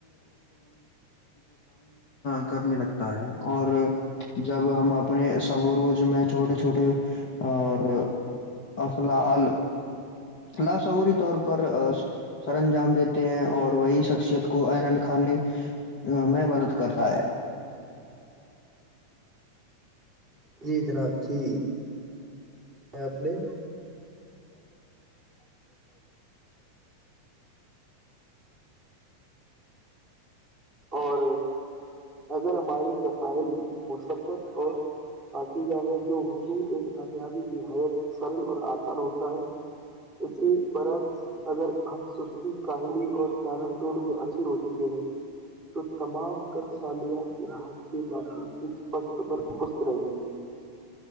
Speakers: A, on the left; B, on the right.
A: کرنے لگتا ہے اور جب ہم اپنے صبروج میں چھوٹے چھوٹے اور افلاوری طور پر سرانجام دیتے ہیں اور وہی شخصیت کو ائینہ دکھانے میں مدد کرتا ہے
B: جی جناب جی اپ نے اور اگر ہماری قصائل مصیبت اور پاکیزہ ہے جو حصول ایک کامیابی نہایت سرن پر اسان ہوتا ہے اسے برعکس اگر ہم سستی کاہلی اور پیلنٹول کے اثر ہو چکے ہیں تو تمام تر سالیات کی نہایت کے باقی اس وقت پر پست رہ جائے گی